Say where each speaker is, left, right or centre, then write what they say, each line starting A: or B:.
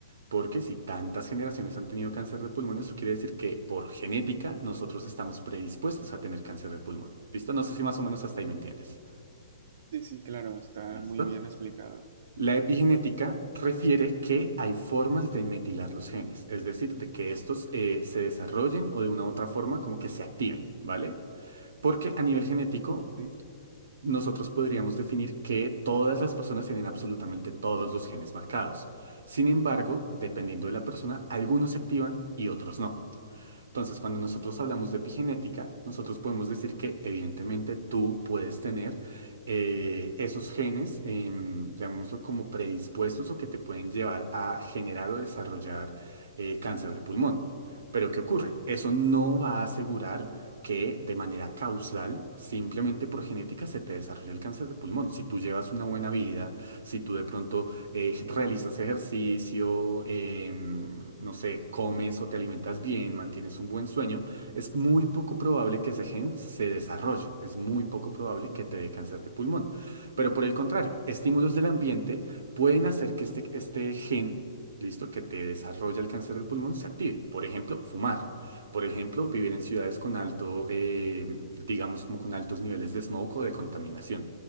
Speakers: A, on the right; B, on the right.
A: Porque si tantas generaciones han tenido cáncer de pulmón, eso quiere decir que por genética nosotros estamos predispuestos a tener cáncer de pulmón. ¿Listo? No sé si más o menos hasta ahí me entiendes.
B: sí, sí, claro, está
A: ¿Listo?
B: muy bien explicado.
A: La
B: Ujú.
A: epigenética refiere que hay formas de metilar los genes, es decir, de que estos eh, se desarrollen o de una u otra forma como que se activen, ¿vale? Porque a nivel genético
B: Ujú. Sí.
A: nosotros podríamos definir que todas las personas tienen absolutamente todos los genes marcados. Sin embargo, dependiendo de la persona, algunos se activan y otros no. Entonces, cuando nosotros hablamos de epigenética, nosotros podemos decir que evidentemente tú puedes tener eh, esos genes, em, llamémoslo como predispuestos o que te pueden llevar a generar o desarrollar eh, cáncer de pulmón. Pero ¿qué ocurre? Eso no va a asegurar que de manera causal, simplemente por genética, se te desarrolle el cáncer de pulmón. Si tú llevas una buena vida, si tú de pronto eh, realizas ejercicio, em, no sé, comes o te alimentas bien, mantienes un buen sueño, es muy poco probable que ese gen se desarrolle, es muy poco probable que te dé cáncer de pulmón. Pero por el contrario, estímulos del ambiente pueden hacer que este, este gen, listo, que te desarrolla el cáncer del pulmón, se active. Por ejemplo, fumar. Por ejemplo, vivir en ciudades con alto, eh, digamos como con altos niveles de smog o de contaminación.